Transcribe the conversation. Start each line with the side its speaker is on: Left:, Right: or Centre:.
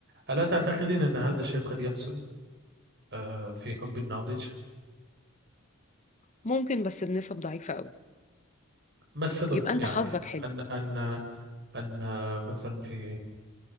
Right: ألا تعتقدين أن هذا الشيء قد يحصل آه، في حب الناضج؟
Left: ممكن بس بنسب ضعيفة قوي
Right: ما السبب
Left: يبقى أنت
Right: يعني
Left: حظك حلو
Right: أن أن أن مثلا في